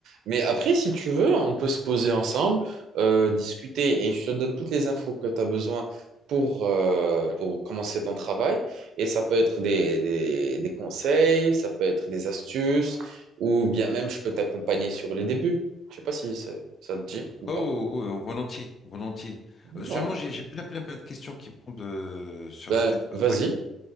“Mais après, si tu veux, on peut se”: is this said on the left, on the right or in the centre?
Right